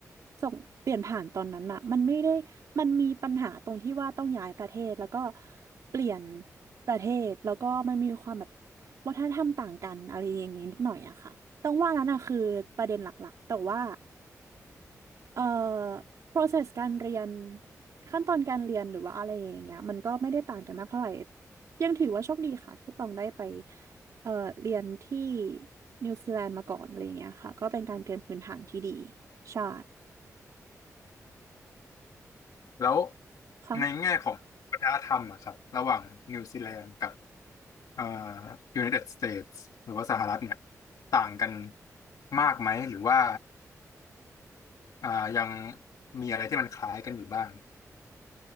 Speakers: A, on the right; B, on the left.
A: ส่งเปลี่ยนผ่านตอนนั้นอะมันไม่ได้มันมีปัญหาตรงที่ว่าต้องย้ายประเทศแล้วก็เปลี่ยนประเทศแล้วก็มันมีความแบบวัฒนธรรมต่างกันอะไรอย่างงี้นิดหน่อยอะค่ะ ต้องว่านั้นนะคือประเด็นหลักๆ แต่ว่าเอ่อ process การเรียนขั้นตอนการเรียนหรือว่าอะไรอย่างเงี้ยมันก็ไม่ได้ต่างกันมากเท่าไหร่ยังถือว่าโชคดีค่ะที่ต้องได้ไปเอ่อเรียนที่นิวซีแลนด์มาก่อนอะไรอย่างเงี้ยค่ะก็เป็นการเตรียมพื้นฐานที่ดีใช่
B: แล้ว
A: ค่ะ
B: ในแง่ของวัฒนธรรมอะครับระหว่างนิวซีแลนด์กับอ่า United States หรือว่าสหรัฐเนี่ยต่างกันมากไหมหรือว่าอ่ายังมีอะไรที่มันคล้ายกันอยู่บ้าง